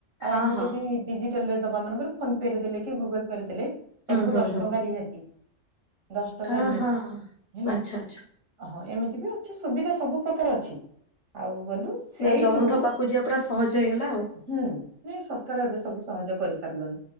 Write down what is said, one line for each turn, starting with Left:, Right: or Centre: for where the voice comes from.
Right: ଆଉ
Left: ହଁ
Right: ଆମେ
Left: ହଁ।
Right: ଯଦି ଡିଜିଟାଲରେ ଦବା ମାନେକର ଫୋନ୍ ପେ ରେ ଦେଲେ କି ଗୁଗଲ୍ ପେ ରେ ଦେଲେ।
Left: ହୁଁ
Right: ତମକୁ
Left: ହୁଁ
Right: ଦଶ
Left: ହୁଁ।
Right: ଟଙ୍କା ରିହାତୀ ଦଶ ଟଙ୍କା
Left: ଅ
Right: ରିହାତୀ
Left: ହଁ
Right: ହେଲା।
Left: ଆଚ୍ଛା ଆଚ୍ଛା
Right: ହଁ ଏମିତି ବି ଅଛି ସୁବିଧା ସବୁ ପ୍ରକାର ଅଛି ଆଉ ଗଲୁ। ସେଇଠୁ
Left: ଆଉ ଜଗନ୍ନାଥ ପାଖକୁ ଯିବା ପୁରା ସହଜ ହେଇଗଲା ଆଉ।
Right: ହୁଁ ନାଇଁ ସରକାର ଏବେ ସବୁ ସହଜ କରିସାରିଲଣି